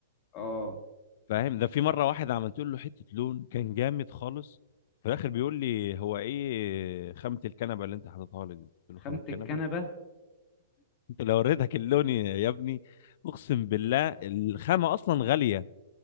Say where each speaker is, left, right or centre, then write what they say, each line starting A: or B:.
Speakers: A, on the left; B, on the left.
A: اه
B: فاهم ده في مره واحد عملت له حته لون كان جامد خالص في الاخر بيقول لي هو ايه خامه الكنبه اللي انت حاططها لي دي قلت له
A: خامة
B: خامه الكنبه
A: الكنبه
B: انت لو وريتك اللون يا يا ابني اقسم بالله الخامه اصلا غاليه